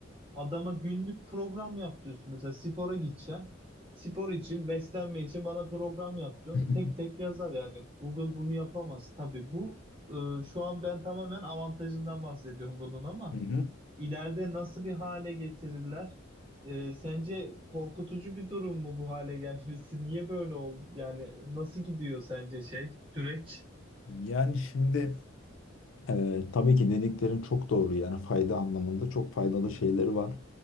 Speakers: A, on the right; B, on the left.
A: Adama günlük program yap diyorsun. Mesela spora gideceksin. Spor için, beslenme için bana program yap diyorsun.
B: <laughs>
A: Tek tek yazar yani. Google bunu yapamaz. Tabii bu e, şu an ben tamamen avantajından bahsediyorum bunun ama
B: Hı hı.
A: ileride nasıl bir hale getirirler? E, sence korkutucu bir durum mu bu hale gelmesi? <laughs> Niye böyle oldu? Yani nasıl gidiyor sence şey, süreç?
B: Yani şimdi Ee, tabii ki dediklerin çok doğru yani fayda anlamında çok faydalı şeyleri var.